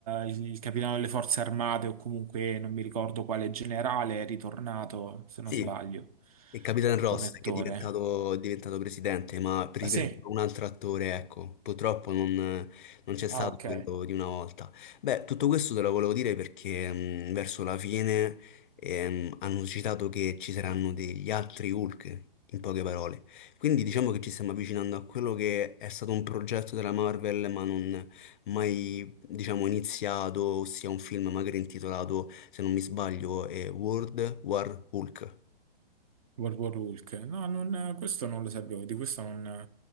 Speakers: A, on the right; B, on the left.
A: il capitano delle forze armate o comunque non mi ricordo quale generale è ritornato, se non
B: sì,
A: sbaglio,
B: E Capitan Ross
A: come attore.
B: che è diventato, è diventato presidente, ma riprendendo
A: Ah, sì?
B: un altro attore, ecco, purtroppo non, non c'è
A: Ah,
B: stato
A: ok.
B: quello di una volta. Beh, tutto questo te lo volevo dire perché mh, verso la fine ehm, hanno citato che ci saranno degli altri Hulk, in poche parole. Quindi diciamo che ci stiamo avvicinando a quello che è stato un progetto della Marvel, ma non mai, diciamo, iniziato, ossia un film magari intitolato, se non mi sbaglio, è World War Hulk.
A: World War Hulk. No, non- questo non lo sapevo, di questo non,